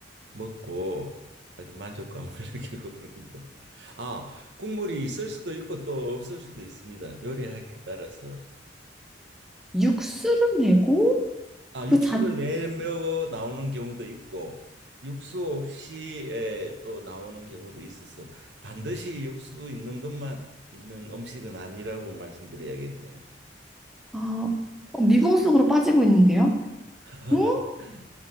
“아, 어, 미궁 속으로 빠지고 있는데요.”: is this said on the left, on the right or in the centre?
Centre